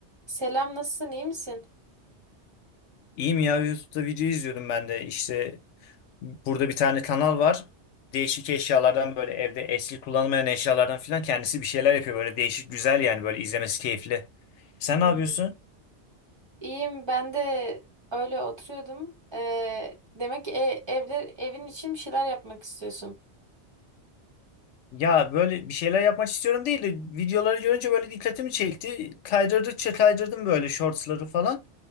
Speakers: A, on the right (about 25°); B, on the left (about 85°).
A: Selam, nasılsın? iyi misin?
B: İyiyim ya YouTube'da video izliyordum ben de işte burada bir tane kanal var değişik eşyalardan böyle evde eski kullanılmayan eşyalardan filan kendisi bir şeyler yapıyor böyle değişik güzel yani böyle izlemesi keyifli. Sen
A: Hmm.
B: ne yapıyorsun?
A: İyiyim, ben de öyle oturuyordum. Ee, demek ki e- evler evin için bir şeyler yapmak istiyorsun.
B: Ya böyle bir şeyler yapmak istiyorum değil de videoları görünce böyle dikkatimi çekti kaydırdıkça kaydırdım böyle shortsları falan